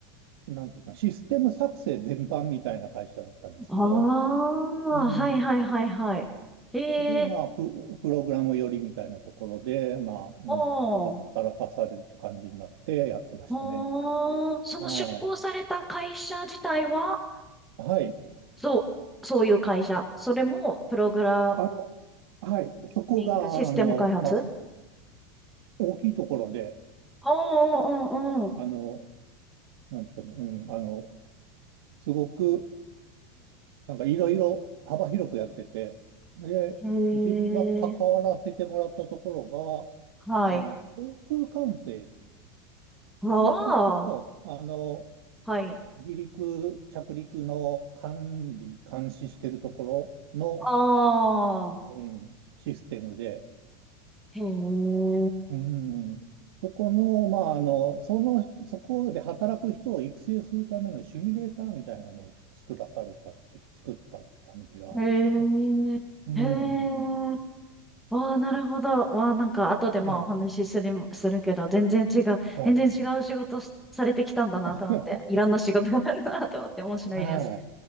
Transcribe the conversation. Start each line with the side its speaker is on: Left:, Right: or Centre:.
Right: なんていうんですかねシステム作成全般みたいな会社だったんですけど、
Centre: ああ、
Right: うん。
Centre: はいはいはいはい。ええ、
Right: で、まあ、プ、プログラム寄りみたいなところで、まあ、うん、
Centre: おー、
Right: 働かされる感じになってやってましたね。
Centre: おー、その出向された会社自体は、
Right: はい。はい。
Centre: そう、そういう会社。それもプログラ
Right: あの、はい。そこが、
Centre: ミングシステム開発
Right: あの、まあ、大きいところで、
Centre: おー、おんおー。
Right: うんあの、なんですかね、うん、あの、すごく、なんかいろいろ幅広くやってて、で、
Centre: うん。
Right: 自分が関わらせてもらったところ
Centre: へえ、はい。
Right: が、あの、航空管制、
Centre: ああ、
Right: あの、飛行機の、あの、
Centre: はい。
Right: 離陸、着陸の管理、監視してるところの、
Centre: ああ、
Right: うん、システムで、
Centre: へえ、
Right: うん。そこの、まあ、あの、その、そこで働く人を育成するためのシミュレーターみたいなのを作らされたっていうか、作ったって感じがありますね。
Centre: へえ、
Right: うん。
Centre: へえ、わあ、なるほど。わあ、なんか、後でまあお話しするも、
Right: はい。
Centre: するけど、全然違う、
Right: はい。
Centre: 全然違う仕事しされてきたんだなと思って、
Right: <laughs>
Centre: いろんな仕事があるなと思って、面白いです。
Right: は